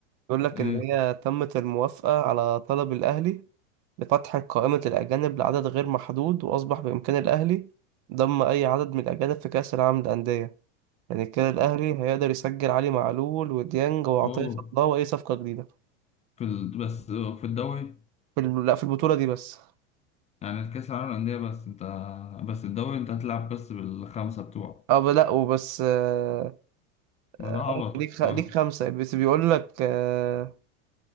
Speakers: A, on the right (about 45°); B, on the left (about 20°).
A: بيقول لك
B: ايه
A: ان هي تمت الموافقه على طلب الاهلي لفتح قائمة الأجانب لعدد غير محدود وأصبح بإمكان الأهلي ضم أي عدد من الأجانب في كأس العالم للأندية يعني كده الأهلي هيقدر يسجل علي معلول وديانج وعطية
B: اوه
A: الله وأي صفقة جديدة
B: في ال... بس في الدوري
A: في ال... لا في البطولة دي بس
B: يعني الكأس العالم للأندية بس أنت بس الدوري أنت هتلعب بس بالخمسة بتوعه
A: أه ب- لا وبس آه،
B: ما
A: آه،
B: ده عبط
A: آه، ليك خ... ليك
B: برضه
A: خمسة بس بيقول لك آه،